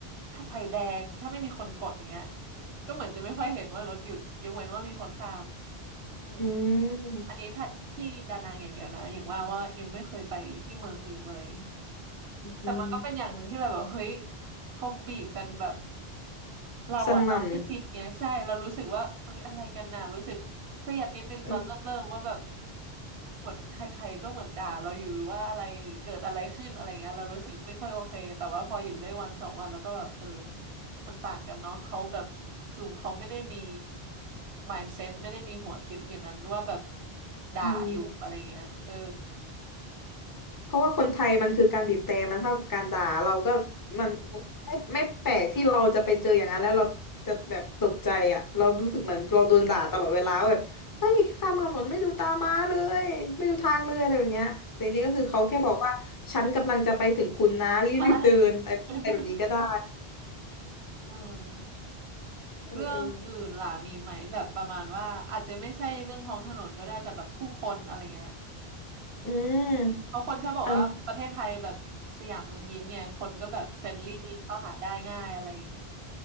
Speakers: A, on the right (about 85°); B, on the left (about 30°).
A: ถ้าไฟแดงถ้าไม่มีคนกดอย่างเงี้ยก็เหมือนจะไม่ค่อยเห็นว่ารถหยุดยกเว้นว่ามีคนข้ามอืม
B: อืม
A: อันนี้ถ้าที่ดานังอย่างเดียวนะอย่างว่าว่ายังไม่เคยไปที่เมืองอื่นเลย
B: อืม
A: แต่มันก็เป็นอย่างหนึ่งที่เราแบบเฮ้ยเขาบีบกันแบบ เราอะเราไม่คิดไงใช่เรารู้สึกว่าเอ้ยอะไรกันน่ะรู้สึกเครียดนิดนึงตอนเริ่มเริ่มว่าแบบ
B: สนั่นเออ
A: เหมือนใครๆก็เหมือนด่าเราอยู่หรือว่าอะไรหรือเกิดอะไรขึ้นอะไรเงี้ยเรารู้สึกไม่ค่อยโอเคแต่ว่าพออยู่ได้วันสองวันแล้วก็แบบเออมันต่างกันเนาะเขาแบบคือเขาไม่ได้มี mindset ไม่ได้มีหัวคิดอย่างนั้นว่าแบบด่าอยู่อะไรเงี้ยเออ
B: อืม เพราะว่าคนไทยมันคือการบีบแตรมันเท่ากับการด่าเราก็มันไม่ไม่แปลกที่เราจะไปเจออย่างนั้นแล้วเราจะแบบตกใจอ่ะเรารู้สึกเหมือนเราโดนด่าตลอดเวลาว่าแบบเฮ้ยข้ามถนนไม่ดูตาม้าเลยไม่ดูทางเลยอะไรแบบเนี้ยแต่จริงๆก็คือเขาแค่บอกว่าฉันกำลังจะไปถึงคุณนะรีบๆเดินอะไรแบบนี้ก็ได้
A: <laughs> จริงใช่ <laughs> อืม
B: เออเออ
A: เรื่องอื่นล่ะมีไหมแบบประมาณว่าอาจจะไม่ใช่เรื่องท้องถนนก็ได้แต่แบบผู้คนอะไรเงี้ย
B: อืม
A: เพราะคนชอบบอกว่าประเทศไทยแบบสยามเมืองยิ้มเนี่ยคนก็แบบเฟรนลี่เข้าหาได้ง่ายอะไรเงี้ย
B: อัน